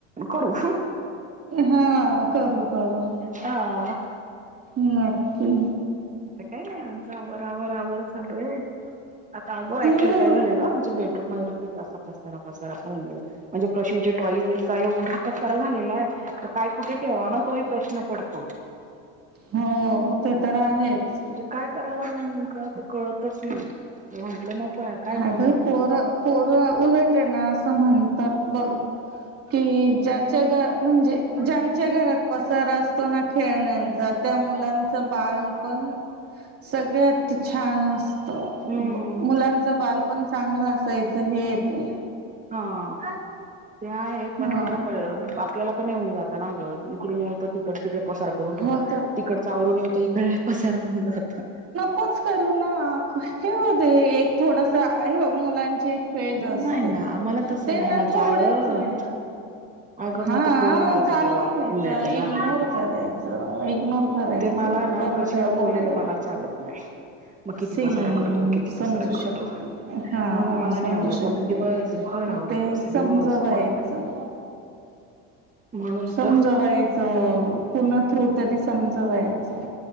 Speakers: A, on the right; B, on the right.
A: करू.
B: हा करू करू.
A: हा.
B: नक्की.
A: आता काय नाही आमचं आव आवर आवर चालू आहे. आता अग ऍक्च्युली
B: हो
A: काय झालेलं आमच्या बेडरूम मध्ये ना खूप जास्त पसार पसा सार म्हणजे टाॅईजचा एंवढा पसारा झालेला आहे काय, कुठे ठेवाव ना तो ही प्रशन पडतो.
B: हो ते तर आहेच.
A: म्हणजे काय करावं ना नेमकं ते कळतच नाही. तर म्हटलं नको यार काय ठेवू
B: अगं पोर पोरं उलट आहे ना असं म्हणतात बघ, कि ज्याच्या घर म्हणजे ज्यांच्या घरात पसार असतो ना खेळण्या त्या मुलांच बाळ, पण सगळ्यात छान असत.
A: हम्म
B: मुलांच बाल पण चांगलं असायचं हे येतंय.
A: हा ते आहं पण
B: हा
A: अग प बा आपल्याला पण येऊन जात ना गं इकडून तिकडच तिकडे पसार, ठेव
B: होत
A: तिकड आवरू येतो इकडे पसारा होवून जात.
B: पच करू ना आख खेळूदे एक थोडस हे बघ मुलांची एक फेज
A: नाही
B: असते.
A: ना मला तसं
B: ते
A: नाही
B: ना थोडंच
A: चालत
B: वे
A: अगं
B: हा
A: मग ते पोराला ऐकायला
B: चालून
A: वाट
B: घ्यायच
A: मिळते ना
B: इग्नोर
A: किती पण
B: करा इग्नोर करायचं
A: ते मला ना
B: करू
A: प्रशिवला
B: द्या बोलू
A: बोललेलं
B: द्या.
A: मला चालत नाही मग किती
B: सेम
A: पसारा करतो किती
B: समजू
A: पसारा करतो
B: शकते. हा
A: म्हणून मग मला नाही
B: समजू
A: आवडत
B: शकते
A: मग मी दिवसभर
B: म
A: आवरत
B: ते
A: बसे
B: समजवायचं.
A: दिवसभर म्हणून
B: समजवायचं
A: तर
B: पुन्हा थ्रू तरी समजवायचं.